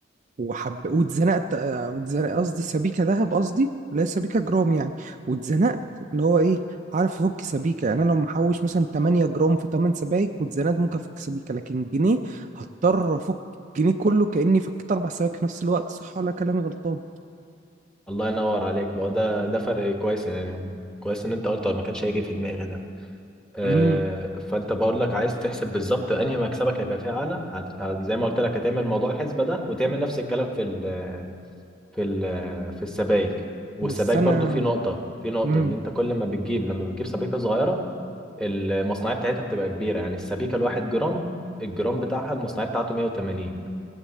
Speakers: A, on the right (about 40°); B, in the centre.
A: وحب واتزنقت آه، اتزنق- قصدي سبيكة ذهب قصدي لا سبيكة جرام يعني واتزنقت اللي هو ايه عارف افك سبيكة يعني انا لو محوش مثلا 8 جرام في 8 سبايك واتزنقت ممكن افك سبيكة لكن جنيه هضطر افك الجنيه كله كأني فكيت اربع سبايك في نفس الوقت صح ولا كلامي غلطان
B: الله ينور عليك ما هو ده ده فرق كويس يعني كويس ان انت قلت ما كانش هيجي في دماغي ده آه
A: امم
B: فانت بقول لك عايز تحسب بالظبط انهي مكسبك هيبقى فيه اعلى هت- هت- زي ما قلت لك هتعمل موضوع الحسبة ده وتعمل نفس الكلام في ال في ال في السبائك والسبائك
A: بس انا
B: برضو في نقطة في نقطة
A: امم
B: ان انت كل ما بتجيب لما بتجيب سبيكة صغيرة المصنعية بتاعتها بتبقى كبيرة يعني السبيكة الواحد جرام الجرام بتاعها المصنعية بتاعته 180